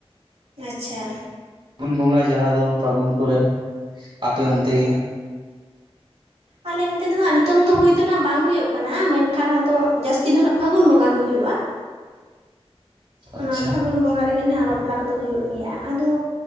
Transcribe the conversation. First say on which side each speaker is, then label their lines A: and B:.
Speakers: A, on the right; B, on the right.
A: ᱟᱪᱪᱷᱟ ᱾
B: ᱯᱩᱱ ᱵᱚᱸᱜᱟ ᱡᱟᱦᱟᱸ ᱫᱚ ᱯᱷᱟᱹᱜᱩᱱ ᱠᱚᱨᱮ ᱾ ᱟᱯᱮ ᱚᱱᱛᱮ ᱜᱮ
A: ᱟᱞᱮ ᱚᱱᱛᱮ ᱫᱚ ᱦᱟᱸᱜ ᱱᱤᱛᱚᱝ ᱫᱚ ᱦᱩᱭ ᱫᱚ ᱱᱟᱜ ᱵᱟᱝ ᱦᱩᱭᱩᱜ ᱠᱟᱱᱟ ᱢᱮᱱᱠᱷᱟᱱ ᱟᱫᱚ ᱡᱟᱹᱥᱛᱤ ᱫᱚ ᱱᱟᱦᱟᱜ ᱯᱷᱟᱹᱜᱩᱱ ᱵᱚᱸᱜᱟ ᱜᱮ ᱦᱩᱭᱩᱜᱼᱟ ᱾
B: ᱟᱪᱪᱷᱟ
A: ᱚᱱᱟ ᱯᱷᱟᱹᱜᱩᱱ ᱵᱚᱸᱜᱟ ᱨᱮᱜᱮ ᱦᱟᱸᱜ ᱵᱟᱯᱞᱟ ᱠᱚᱫᱚ ᱦᱩᱭᱩᱜ ᱜᱮᱭᱟ ᱟᱫᱚ